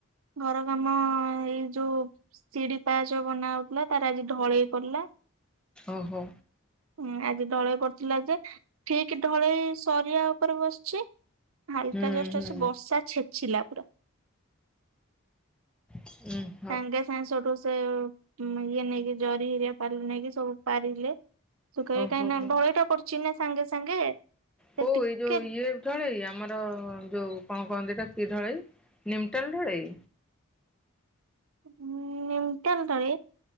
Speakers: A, on the right; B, in the centre.
A: ଘର କାମ ଏଇ ଯୋଉ ସିଡି ପାହଚ ବନା ହଉଥିଲା ତାର ଆଜି ଢଳେଇ ପଡଲା।
B: ଓହୋ।
A: ହୁଁ ଆଜି ଢଳେଇ ପଡିଥିଲା ଯେ ଠିକ ଢଳେଇ ସରିିବା ଉପରେ ବସିଚି ହାଲୁକା
B: ହୁଁ
A: ଜଷ୍ଟ
B: ହୁଁ
A: ଆସି ବର୍ଷା ଛେଚିଲା। ପୁରା
B: ହୁଁ।
A: ସାଙ୍ଗେ ସାଙ୍ଗେ ସେଠୁ ସେ ମ୍ ଇଏ ନେଇକି ଜରି ହେରିକା ପାଲ ନେଇକି ସବୁ ପାରିଲେ ସୁକେଇ
B: ଓହୋ
A: କାହିଁ ନା
B: ହୋ।
A: ଢ଼ଳେଇ ଟା ପଡିଚି ନା ସାଙ୍ଗେ ସାଙ୍ଗେ ସେ
B: କୋଉ
A: ଟିକେ
B: ଏଇ ଯୋଉ ଇଏ ଢଳେଇ ଆମର ଯୋଉ କଣ କହନ୍ତି ଏଟା କି ଢଳେଇ ନିମ୍ଟାଲ ଢଳେଇ?
A: ହୁଁ ନିମ୍ଟାଲ ଢଳେଇ